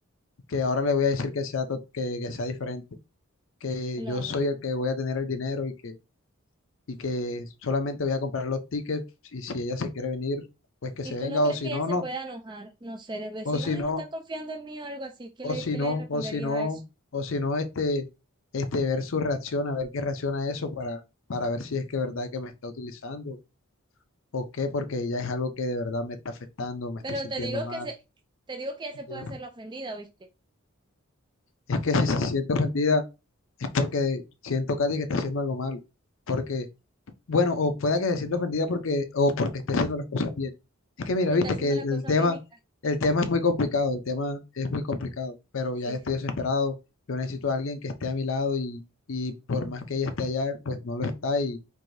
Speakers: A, on the left; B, on the right.
A: que ahora le voy a decir que sea, to- que, que sea diferente, que
B: claro.
A: yo soy el que voy a tener el dinero y que, y que solamente voy a comprar los tickets y si ella se quiere venir, pues que
B: ¿Y
A: se
B: tú
A: venga
B: no crees
A: o si
B: que
A: no,
B: ella se
A: no.
B: pueda enojar? No sé, de decir,
A: O si
B: ay,
A: no,
B: no estás confiando en mí o algo así. ¿Qué
A: o
B: le,
A: si
B: qué
A: no,
B: le responderías
A: o si no,
B: a eso?
A: o si no, este, este, ver su reacción, a ver qué reacciona a eso para, para ver si es que verdad que me está utilizando o qué, porque ya es algo que de verdad me está afectando, me estoy
B: Pero
A: sintiendo
B: te digo
A: mal.
B: que se, te digo que ella se puede
A: Ya.
B: hacer la ofendida, ¿oíste?
A: Es que si se siente ofendida es porque siento, Katy, que está haciendo algo malo, porque bueno, o pueda que se sienta ofendida porque, o porque esté haciendo las cosas bien. Es que mira,
B: que
A: viste
B: está haciendo
A: que
B: las
A: el
B: cosas
A: tema,
B: bien y
A: el tema es muy complicado, el tema es muy complicado, pero
B: Sí,
A: ya estoy
B: sí.
A: desesperado, yo necesito a alguien que esté a mi lado y, y por más que ella esté allá, pues no lo está y,